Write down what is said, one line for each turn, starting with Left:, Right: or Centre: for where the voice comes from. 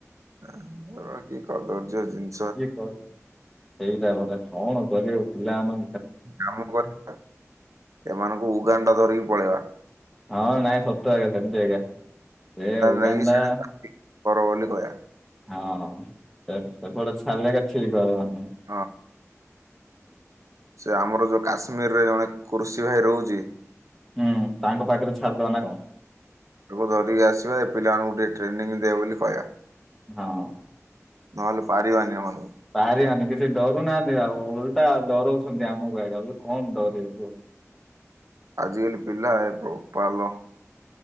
Right: ଏଗୁଡା କି କଦର୍ଯ୍ୟ ଜିନି
Centre: <unintelligible> ସେଇଟା ପରା କଣ କରିବ ପିଲାମାନେ
Right: କାମ କରିବା ସେମାନଙ୍କୁ ଉଗାଣ୍ଡ ଧରିକି ପଳେଇବା।
Centre: ହଁ ନାଇଁ ସତ ଆଜ୍ଞା ସେମିତି ଆଜ୍ଞା ଏ ଉଗାଣ୍ଡା।
Right: ନେଇକି ସେଠି କର ବୋଲି କହିଆ।
Centre: ହଁ ସେପଟେ ଛାଡ଼ିଲେ ଏକ ଠିକ୍ ହବନି।
Right: ହଁ। ସେ ଆମର ଯୋଉ କାଶ୍ମୀରରେ ଜଣେ କୃଷି ଭାଇ ରହୁଛି
Centre: ହୁଁ ତାଙ୍କ ପାଖରେ ଛାଡିଦବା ନା କଣ?
Right: ତାକୁ ଧରିକି ଆସିବା, ଏ ପିଲାମାନଙ୍କୁ ଟିକେ ଟ୍ରେନିଂ ଦେ ବୋଲି କହିବା।
Centre: ହଁ।
Right: ନହେଲେ ପାରିବାନି ଏମାନଙ୍କୁ।
Centre: ପାରିବାନି କିଛି ଡରୁନାହାନ୍ତି ଆଉ, ଓଲଟା ଡରଉଛନ୍ତି ଆମକୁ ଆଜ୍ଞା କଣ ଡରିବୁ।
Right: ଆଜିକାଲି ପିଲା ଏ ବୋପା ଲୋ।